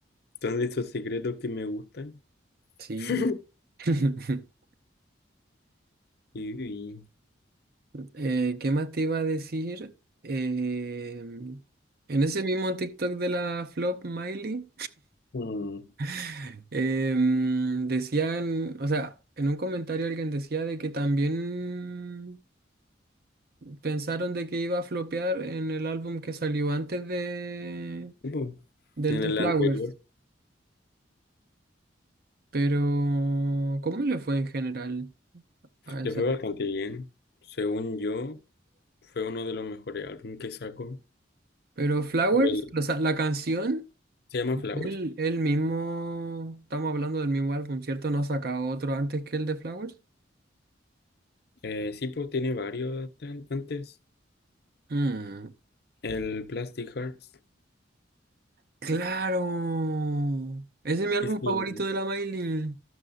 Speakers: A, on the left (about 55°); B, on the right (about 50°).
A: Son de esos secretos que me gustan.
B: Sí.
A: <laughs>
B: <laughs>
A: Y,
B: Eh, ¿qué más te iba a decir? Eh, en ese mismo TikTok de la flop Miley,
A: mm,
B: <laughs> em, decían, o sea, en un comentario alguien decía de que también pensaron de que iba a flopear en el álbum que salió antes de
A: y, pues,
B: del
A: en
B: The
A: el
B: Flowers,
A: anterior
B: pero ¿cómo le fue en general a esa?
A: le fue bastante bien. Según yo, fue uno de los mejores álbumes que sacó.
B: Pero Flowers,
A: El-
B: o sea, la canción,
A: Se llama Flowers.
B: él, él mismo, estamos hablando del mismo álbum, ¿cierto? ¿No ha sacado otro antes que el de Flowers?
A: Eh, sí, pues tiene varios an- antes.
B: Mm,
A: El Plastic Hearts
B: claro, ese es mi álbum
A: es mi.
B: favorito de la Miley.